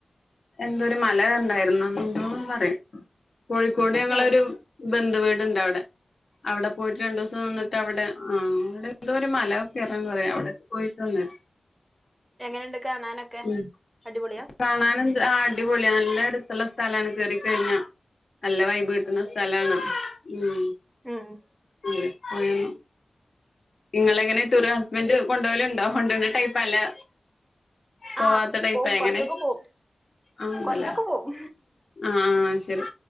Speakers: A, on the left; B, on the right.
A: എന്തൊരു മല കണ്ടായിരുന്നു എന്തോന്ന് പറയും കോഴിക്കോട് ഞങ്ങളൊരു
B: ഏ
A: ബന്ധുവീടുണ്ട് അവിടെ അവിടെ പോയിട്ട് രണ്ടു ദിവസം നിന്നിട്ട് അവിടെ ആഹ് അവിടെ എന്തോ ഒരു മല <unintelligible> പറയും അവിടെ പോയിട്ട് വന്നെയാ
B: എങ്ങനെയുണ്ട് കാണാനൊക്കെ
A: ഉം
B: അടിപൊളിയാ
A: കാണാനെന്ത് അടിപൊളിയാ നല്ല ഒരു നല്ല സ്ഥലാണ് കേറിക്കഴിഞ്ഞാ നല്ല വൈബ് കിട്ടുന്ന സ്ഥലാണ് ഉം
B: ആഹ്
A: ഉം പോയി വന്നു നിങ്ങളെങ്ങനെ ടൂർ ഹസ്ബന്റ് കൊണ്ടോവലുണ്ടോ കൊണ്ടോണ ടൈപ്പാ അല്ലേ പോവാത്ത
B: ആ
A: ടൈപ്പാ
B: പോവും
A: എങ്ങനെ
B: കൊറച്ചൊക്കെ പോവും
A: അങ്ങനെണ്ടല്ലേ
B: കൊറച്ചൊക്കെ പോവും
A: ആഹ് ആഹ് ശരി